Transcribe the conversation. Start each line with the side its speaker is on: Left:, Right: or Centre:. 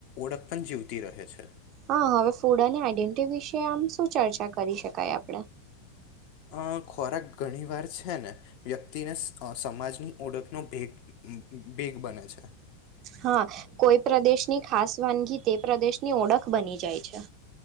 Left: ઓળખ પણ જીવતી રહે છે
Right: હા હવે ફૂડ અને આઈડેન્ટિટી વિશે આમ શું ચર્ચા કરી શકાય આપણે
Left: અ ખોરાક ઘણી વાર છે ને વ્યક્તિને સમાજની ઓળખનો ભેગ બેગ બને છે
Right: હા કોઈ પ્રદેશની ખાસ વાનગી તે પ્રદેશની ઓળખ બની જાય છે